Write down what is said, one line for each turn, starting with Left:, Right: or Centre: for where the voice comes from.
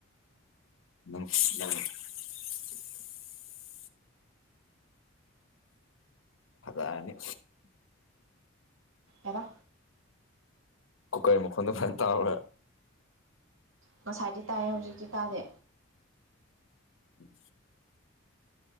Left: <unintelligible> ꯐꯅꯤ
Right: ꯑꯦꯔ
Left: ꯀꯨꯀꯥꯏ ꯃꯈ ꯐꯣꯟ ꯐꯅ ꯇꯔ
Right: ꯉꯁꯥꯏꯗꯤ ꯇꯥꯏꯌꯦ ꯍꯧꯖꯤꯛꯇꯤ ꯇꯥꯗꯦ
Left: ꯎꯝ